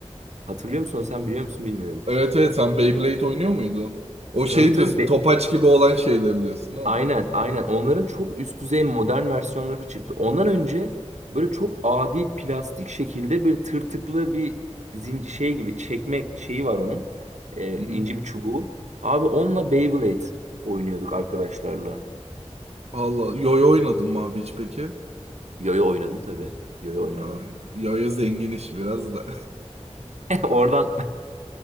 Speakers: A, on the right; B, on the right.
A: Hatırlıyor musun? Sen biliyor musun bilmiyorum.
B: Evet evet sen Beyblade oynuyor muydun? O
A: Tabii
B: şey
A: tabii.
B: diyorsun
A: Be-
B: topaç gibi olan şeyleri diyorsun değil
A: Aynen,
B: mi?
A: aynen. Onların çok üst düzey modern versiyonları çıktı. Ondan önce böyle çok adi plastik şekilde böyle tırtıklı bir zin şey gibi çekme şeyi var onun. Ee,
B: Hı hı.
A: ince bir çubuğu. Abi onunla Beyblade oynuyorduk arkadaşlarla.
B: Valla yoyo oynadım mı abi hiç peki?
A: Yoyo oynadım tabii. Yoyo oynadım.
B: Ya, yoyo zengin işi biraz da.
A: <laughs> Oradan